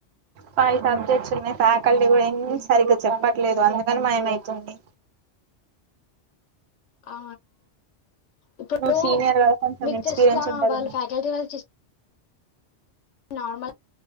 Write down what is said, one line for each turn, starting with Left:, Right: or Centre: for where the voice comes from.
Right: ఫైవ్ సబ్జెక్ట్స్ ఉన్నాయి ఫ్యాకల్టీ కూడా ఏమి సరిగా చెప్పట్లేదు అందుకని భయమైతుంది
Left: ఆ ఇప్పుడు
Right: నువ్వు సీనియర్ కదా కొంచెం
Left: మీకు
Right: ఎక్స్పీరియన్స్
Left: టెస్ట్ల
Right: ఉంటదేమో
Left: వాళ్ళు ఫ్యాకల్టీ వాళ్ళు నార్మల్